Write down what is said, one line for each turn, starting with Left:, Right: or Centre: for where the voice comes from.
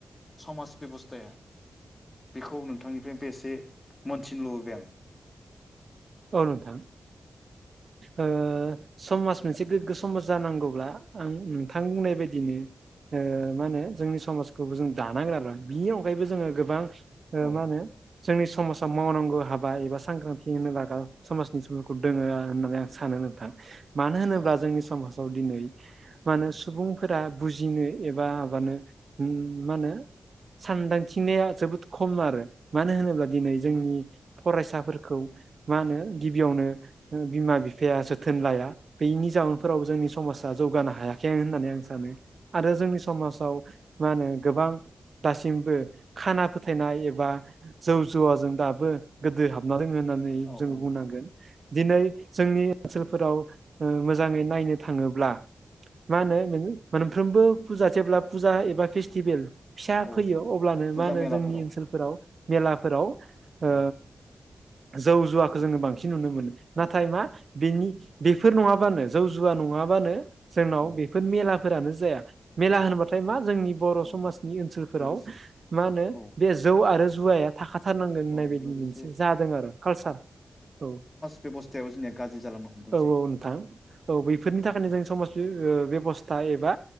Left: समाज बेब'स्थाया बेखौ नोंथांनिफ्रायनोबो एसे मोनथिनो लुुबैबाय आं
Right: औनथां। ओ समाज मोनसे गोग्गो समाज जानांगौब्ला आं नोंथां बुंनाय बादिनो ओ मा होनो जोंनि समाजखौबो जों दानांग्रााब्रा बिनि अनगायैबो जोङो गोबां। ओ
Left: आं
Right: मा होनो। जोंनि समाजाव मावनांगौ हाबा एबा सांग्रांथि होनो लागा समाजनि समखौ दोङो होननानै आं सानो नोंथां मानो होनोब्ला
Left: औ
Right: जोंनि समाजाव दिनै मा होनो सुबुंफोरा बुजिनो एबा माबानो मा होनो। सानदांथिनाया जोबोद खम आरो मानो होनोब्ला दिनै जोंनि फरायसाफोरखौ मा होनो गिबियावनो बिमा बिफाया जोथोन लाया बैनि जाउनफोरावबो जोंनि समाजा जौगानो हायाखै होननानै आं सानो आरो जोंनि समाजाव मा होनो गोबां दासिमबो खाना फोथायनाय एबा जौ जुवाजों दाबो गोदो हाबना दोङो होननानै
Left: औ
Right: जोंङो
Left: औ
Right: बुंनांगोन। दिनै जोंनि ओनसोलफोराव मोजाङै नायनो थाङोब्ला। मा होनो नों मोनफ्रोमबो फुजा जेब्ला फुजा एबा फेस्टिभेल फिसा
Left: औ
Right: फैयो अब्लानो
Left: फुजा
Right: मा होनो
Left: मेलाफोराव
Right: जोंनि ओनसोलफोराव मेलाफोराव ओ
Left: औ
Right: जौ जुवाखौ जोङो बांसिन नुनो मोनो
Left: औ
Right: नाथाय मा बेनि बेफोर नङाबानो जौ जुवा नङाबानो जोंनाव
Left: औ
Right: बेफोर मेलाफोरानो जाया मेला
Left: औ
Right: होनबाथाय मा जोंनि बर'
Left: औ
Right: समाजनि ओनसोलफोराव
Left: लोगोसे
Right: मा होनो
Left: औ
Right: बे जौ आरो जुवाया थाखाथारनांगोन होननाय
Left: औ
Right: बायदि
Left: लोगोसे
Right: मोनसे जादों आरो कालसार औ
Left: बेबस्थायाव जोंनिया गाज्रि जालनो हमदोंसै।
Right: औ औ बैफोरनि थाखायनो जों समाज बेबस्था एबा